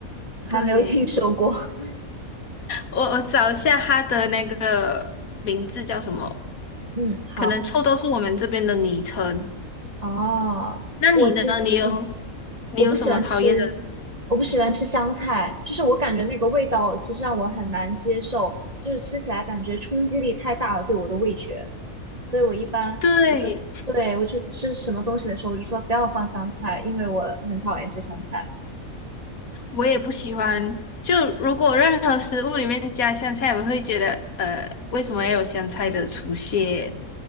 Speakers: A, on the left; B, on the right.
A: 对，
B: 还没有听说过。<laughs>
A: 我我找一下它的那个名字叫什么？
B: 嗯，好。
A: 可能臭豆是我们这边的昵称。
B: 哦，
A: 那你呢？
B: 我其实嗯，
A: 你有你有什么讨厌的？
B: 我不喜欢吃，我不喜欢吃香菜，就是我感觉那个味道其实让我很难接受，就是吃起来感觉冲击力太大了，对我的味觉。所以我一般，
A: 对，
B: 对，我就吃什么东西的时候，我就说不要放香菜，因为我很讨厌吃香菜。
A: 我也不喜欢。就如果任何食物里面加香菜，我会觉得呃，为什么要有香菜的出现？